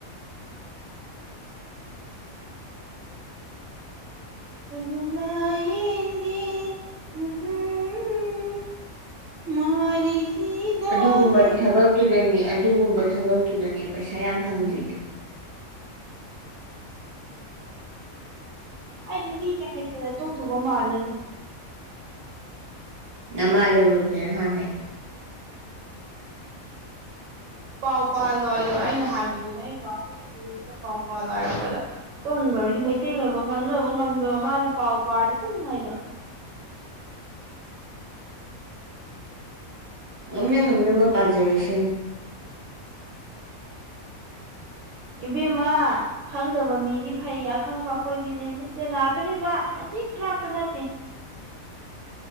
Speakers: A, on the right; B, on the right.
A: ꯇꯨꯃꯤꯅ ꯌꯦꯡꯒꯦ ꯍꯝꯍꯝ ꯎꯝ ꯃꯥꯔꯤ ꯍꯤ ꯗꯥꯅꯦ
B: ꯑꯗꯨꯒꯨꯝꯕ ꯊꯕꯛꯇꯨꯗꯅꯦ ꯑꯗꯨꯒꯨꯝꯕ ꯊꯕꯛꯇꯨꯗꯅꯦ ꯄꯩꯁꯥ ꯌꯥꯝ ꯐꯪꯗ꯭ꯔꯤꯗꯣ
A: ꯑꯩ ꯍꯤꯟꯗꯤꯁꯦ ꯍꯩꯇꯅ ꯇꯣꯛꯇꯣꯕ ꯃꯥꯜꯂꯦꯕꯣ
B: ꯅꯃꯥ ꯂꯣꯟꯗꯨꯣ ꯐꯖꯅ ꯍꯥꯟꯅ ꯍꯥꯏꯒꯦ
A: ꯄꯥꯎ ꯄꯥꯜꯂꯣ ꯑꯗꯣ ꯑꯩꯅ ꯍꯥꯏꯕꯗꯨꯅꯦ ꯑꯩꯅ ꯀꯥꯎꯔꯒꯦ ꯁꯤꯗ ꯄꯥꯎ ꯄꯥꯜꯂꯣ ꯍꯥꯏꯔꯛꯄꯗ ꯇꯨꯡꯈ꯭ꯔꯗꯤ ꯃꯩꯇꯩ ꯂꯣꯏꯕ ꯉꯥꯡꯅꯕ ꯉꯝꯗꯕ ꯃꯥꯅ ꯄꯥꯎ ꯄꯥꯔꯗꯤ ꯎꯪ ꯍꯥꯏꯗꯣ
B: ꯉꯝꯅ ꯉꯝꯅꯕ ꯄꯥꯖꯔꯁꯤꯅꯤ
A: ꯏꯕꯤꯃ ꯈꯪꯗꯕ ꯃꯤꯗꯤ ꯐꯩ ꯑꯈꯪꯕ ꯑꯩꯈꯣꯏꯗꯤꯅꯦ ꯃꯤꯠꯁꯦ ꯅꯥꯗꯣꯔꯤꯕ ꯈꯖꯤꯛ ꯈꯔꯥꯛꯇ ꯅꯠꯇꯦ